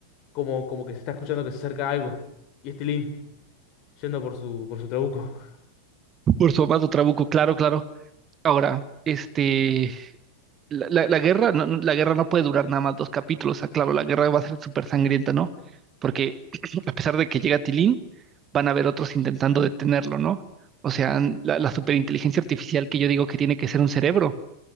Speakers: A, on the left; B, on the right.
A: como, como que se está escuchando que se acerca algo. Y es Tilín yendo por su, por su trabuco. <laughs>
B: Por su amado Trabuco, claro, claro. Ahora, este, la, la- la guerra, no, no, la guerra no puede durar nada más dos capítulos. Ah, claro, la guerra va a ser súper sangrienta, ¿no? Porque <clears throat> a pesar de que llega Tilín, van a haber otros intentando detenerlo, ¿no? O sea, n- la, la superinteligencia artificial que yo digo que tiene que ser un cerebro,